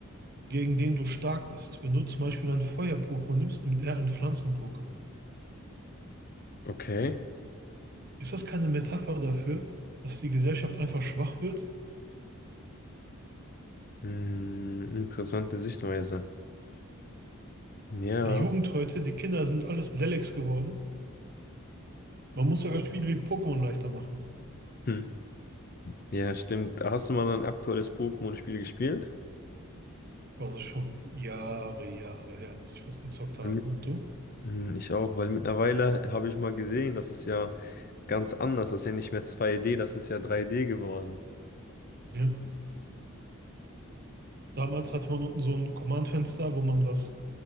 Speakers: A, on the right (about 45°); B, on the left (about 40°).
A: gegen den du stark bist. Wenn du zum Beispiel ein Feuer-Pokémon nimmst, nimmt er ein Pflanzen-Pokémon.
B: okay.
A: Ist das keine Metapher dafür, dass die Gesellschaft einfach schwach wird?
B: Hm, interessante Sichtweise. Ja,
A: Die Jugend heute, die Kinder sind alles Lelleks geworden. Man muss sogar Spiele wie Pokémon leichter machen.
B: hm. Ja, stimmt. Hast du mal ein aktuelles Pokémon-Spiel gespielt?
A: Aber das ist schon Jahre, Jahre her, dass ich was gezockt habe.
B: Mhm.
A: Und du?
B: Hm, Ich auch, weil mittlerweile habe ich mal gesehen, das ist ja ganz anders. Das ist ja nicht mehr 2D, das ist ja 3D geworden.
A: Ja. Damals hatte man unten so ein Command-Fenster, wo man was